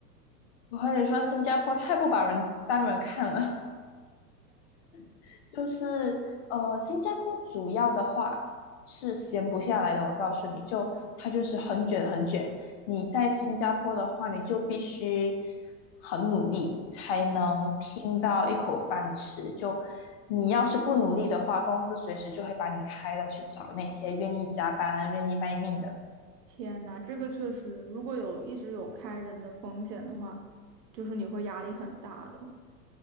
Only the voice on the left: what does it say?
我和你说，新加坡太不把人当人看了。<laughs> 就是呃，新加坡主要的话是闲不下来的。我告诉你就，它就是很卷很卷。你在新加坡的话，你就必须很努力才能拼到一口饭吃。就你要是不努力的话，公司随时就会把你开了，去找那些愿意加班、愿意卖命的。